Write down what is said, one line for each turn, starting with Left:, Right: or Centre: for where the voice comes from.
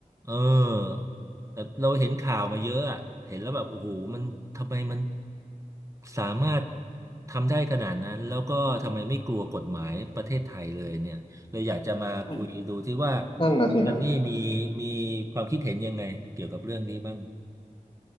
Right: เออแต่เราเห็นข่าวมาเยอะอะเห็นแล้วแบบโอ้โหมันทำไมมันสามารถทำได้ขนาดนั้นแล้วก็ทำไมไม่กลัวกฎหมายประเทศไทยเลยเนี่ยเลยอยากจะมาคุยดูที่ว่า
Left: อืมนั่นน่ะสิครับ
Right: จันนี่มีมีความคิดเห็นยังไงเกี่ยวกับเรื่องนี้บ้าง